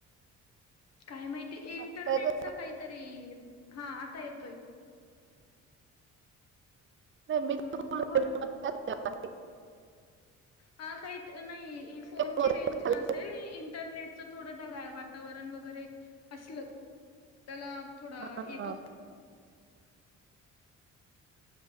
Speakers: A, on the left; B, on the right.
A: काय माहिती इंटरनेटचा
B: आता येते
A: काही तरी हा आता येतोय.
B: <unintelligible>
A: हम्म बोला.
B: <unintelligible>
A: ह काही नाही हे फोनची
B: मोदक
A: रेंज
B: खाल्ले.
A: असेल इंटरनेटचं थोडं ढगाळ वाट वातावरण वगैरे असल त्याला थोडा
B: हा.
A: येतो प्रो